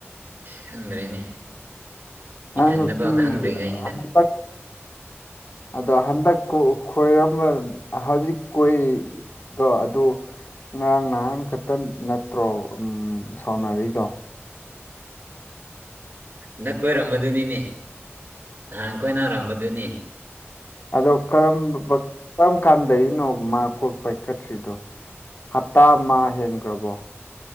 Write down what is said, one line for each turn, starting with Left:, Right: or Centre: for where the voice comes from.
Right: ꯈꯪꯗ꯭ꯔꯦꯅꯦ ꯏꯊꯟꯗꯐꯥꯎ
Left: ꯑꯥ ꯅꯨꯄꯤ
Right: ꯈꯪꯗ꯭ꯔꯤꯉꯩꯁꯤꯗ
Left: ꯍꯟꯇꯛ ꯑꯗꯣ ꯍꯟꯗꯛ ꯈꯣꯏꯔꯝꯕ ꯍꯧꯖꯤꯛ ꯀꯣꯏꯔꯤ ꯑꯗꯣ ꯑꯗꯨ ꯉꯔꯥꯡ ꯅꯍꯥꯟ ꯈꯛꯇ ꯅꯠꯇ꯭ꯔꯣ ꯎꯝ ꯁꯥꯎꯅꯔꯤꯗꯣ
Right: ꯅꯛ ꯀꯣꯏꯔꯝꯕꯗꯨꯅꯤꯅꯦ ꯅꯍꯥꯟ ꯀꫭꯏꯅꯥꯔꯝꯕꯗꯨꯅꯤ
Left: ꯑꯗꯣ ꯀꯔꯝꯕ ꯀꯔꯝ ꯀꯥꯟꯗꯅꯣ ꯃꯥ ꯀꯣꯜ ꯄꯥꯏꯈꯠꯇ꯭ꯔꯤꯗꯣ ꯍꯞꯇꯥ ꯑꯃ ꯍꯦꯟꯈ꯭ꯔꯕꯣ